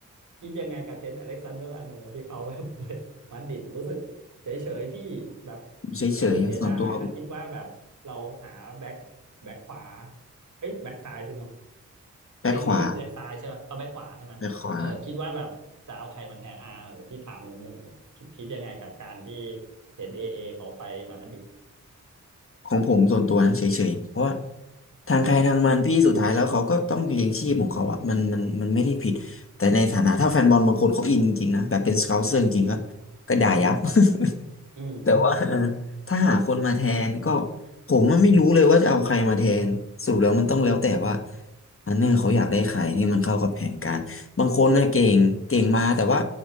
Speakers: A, on the right; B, on the left.
A: คิดยังไงกับเทรนต์อเล็กซานเดอร์อาร์โนลด์ที่เขาแบบไปมาดริดรู้สึกเฉยเฉยพี่แบบ
B: เฉยๆส่วนตัว
A: เออเสียดายแล้วคิดว่าแบบเราหาแบ็คแบ็คขวาเอ้ยแบ็คซ้ายสิเนาะ
B: แบ็คขวา
A: เทรนต์นี่แบ็คซ้ายใช่ไหมเอาแบ็คขวาใช่ไหมเออคิดว่าแบบจะเอาใครมาแทนอ่าหรือพี่ถามรวมๆคิดคิดยังไงกับการที่
B: แบ็คขวา
A: เทรนต์เอเอเขาไปมาดริด
B: ของผมส่วนตัวนะเฉยๆ เพราะว่าทางใครทางมันพี่สุดท้ายแล้วเขาก็ต้องเลี้ยงชีพของเขาอะมันมันมันไม่ได้ผิดแต่ในฐานะถ้าแฟนบอลบางคนเขาอินจริงๆนะแบบเป็นสเกาเซอร์จริงๆก็
A: อืม
B: ก็ด่ายับ <laughs>
A: อืม
B: แต่ว่า <laughs> เออถ้าหาคนมาแทนก็ผมว่าไม่รู้เลยว่าจะเอาใครมาแทนสรุปแล้วมันต้องแล้วแต่ว่าอันเนอร์เขาอยากได้ใครที่มันเข้ากับแผนการบางคนน่ะเก่งเก่งมาแต่ว่า